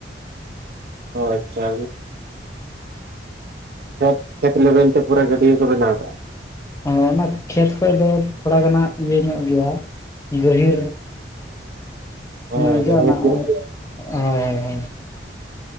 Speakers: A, on the right; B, on the left.
A: ᱚ ᱟᱪᱪᱷᱟ ᱠᱷᱮᱛ ᱠᱷᱮᱛ ᱞᱮᱵᱮᱞ ᱛᱮ ᱯᱩᱨᱟᱹ ᱜᱟᱹᱰᱭᱟᱹ ᱠᱚ ᱵᱮᱱᱟᱣ ᱠᱟᱜ-ᱟ᱾
B: ᱦᱚ ᱚᱱᱟ ᱠᱷᱮᱛ ᱠᱷᱚᱱ ᱫᱚ ᱛᱷᱚᱲᱟ ᱜᱟᱱᱦᱟᱜ ᱤᱭᱟᱹ ᱧᱚᱜ ᱜᱮᱭᱟ ᱜᱟᱹᱦᱤᱨ <unintelligible>
A: ᱦᱮᱸ
B: ᱦᱳᱭ ᱦᱳᱭ
A: ᱜᱟᱹᱦᱤᱨ ᱧᱚᱜ ᱜᱮᱭᱟ
B: ᱦᱳᱭ ᱾